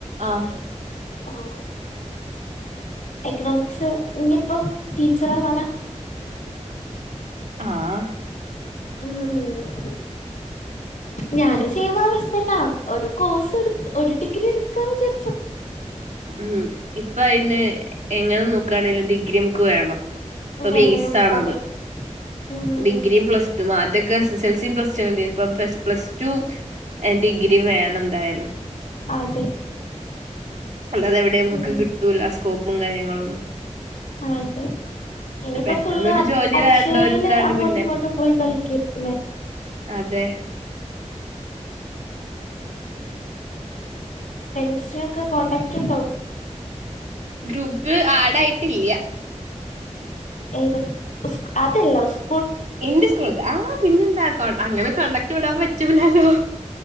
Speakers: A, on the right; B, on the left.
A: ആഹ്
B: ആഹ് എക്ണോമിക്സ് ഇഞ്ഞിപ്പോ ടീച്ചറ ആവാനാ?
A: ആഹ്
B: ഉം ഞാനും സേമാവസ്ഥന്നാ ഒരു കോഴ്സ് എടുതു ഒരു ഡിഗ്രി എടുക്കാ വിചാരിചു.
A: ഉം ഇപ്പ അയിന് എങ്ങനെ നോക്കാണെങ്കില് ഡിഗ്രി മുക്ക് വേണം. ഇപ്പൊ
B: വേണം
A: ബേസ് ആണത്.
B: അതെ ഉം
A: ഡിഗ്രിയും പ്ലസ് ത് മാറ്റൊക്കെ സ് സെ എൽ സിയും പ്ലസ്റ്റു മതേ പം പ്ലസ് ടും ഡിഗ്രിയും വേണം എന്തായാലും
B: അതെ
A: അല്ലാതെവിടെയും മ്ക്ക്
B: ഉം
A: കിട്ടൂല. സ്കോപ്പും കാര്യങ്ങളും ഒന്നും
B: അതെ ഇനിയിപ്പോ
A: പെട്ടെന്നൊരു
B: ഫുള്ള് അക്
A: ജോലി
B: അക്ഷയയേല്
A: വേണ്ടവർക്കാണ്
B: അങ്ങോട്ടും
A: പിന്നെ
B: ഇങ്ങോട്ടും പോയി കളിക്കേര്ക്കും ല്ലേ
A: അതെ
B: സ്സ്‌നോക്കെ കോണ്ടാക്റ്റ് ഉണ്ടോ?
A: ഗ്രൂപ്പ് ആഡായിട്ടില്യ.
B: ഏത് ഉസ് അതല്ല ഉസ്
A: ഇന്റെ സ്കൂളത്താ ആഹ് പിന്നെന്താ അങ്ങനെ കോൺടാക്ട് വിടാൻ പറ്റൂലല്ലോ.